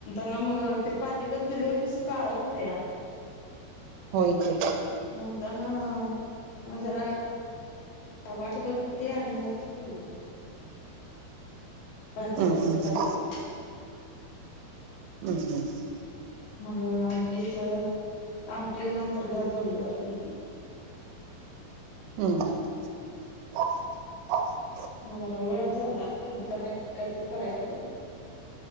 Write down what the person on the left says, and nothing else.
नामग ते पातेल चुलीवर कसं काळ हुतंया.
म्हंतानाआ. म जरा वाट बघितली आनी मग ठेवलो चुलीवर. भाताच
तेवढं
पातेल
मगअ आमटीच आमटी नं तर गॅस जोडल्यावर केली.
म जरा वेळच झाला <unintelligible> तर कायतर कायतरी करायचं.